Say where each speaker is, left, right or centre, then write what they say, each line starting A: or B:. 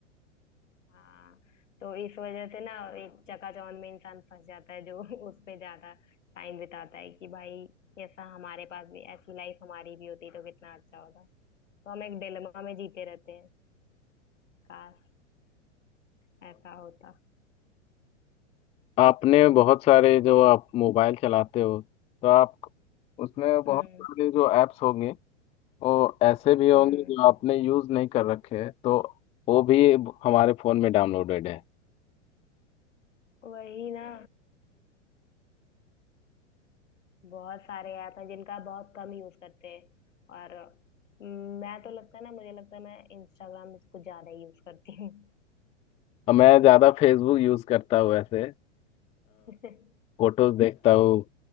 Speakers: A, on the left; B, on the left.
A: हाँ तो इस वजह से ना एक चकाचौंध में इंसान फंस जाता है जो <laughs> उस पे ज्यादा टाइम बिताता है कि भाई ऐसा हमारे पास भी ऐसी लाइफ हमारी भी होती तो कितना अच्छा होता तो हम एक डिलेमा में जीते रहते हैं काश ऐसा होता
B: आपने बहुत सारे जो आप मोबाइल चलाते हो तो आप उसमें बहुत
A: हम्म
B: सारे जो ऐप्स होंगे वो ऐसे भी होंगे
A: हम्म
B: जो आपने यूज़ नहीं कर रखे हैं तो वो भी हमारे फ़ोन में डाउनलोडेड है
A: वही ना बहुत सारे ऐप हैं जिनका बहुत कम यूज करते हैं और हम्म, मैं तो लगता है ना मुझे लगता है मैं इंस्टाग्राम में से कुछ ज्यादा ही यूज करती हूँ
B: और मैं ज़्यादा फेसबुक यूज़ करता हूँ ऐसे
A: <laughs>
B: फोटोज़ देखता हूँ